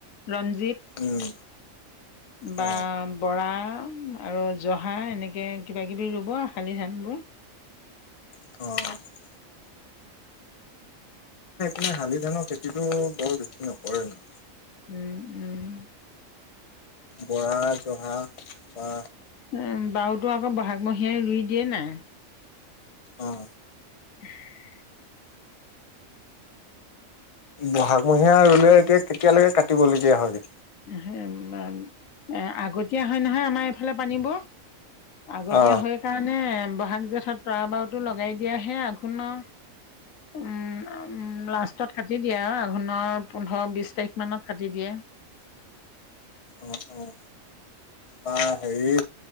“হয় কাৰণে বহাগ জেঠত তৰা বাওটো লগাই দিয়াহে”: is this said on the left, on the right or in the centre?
Left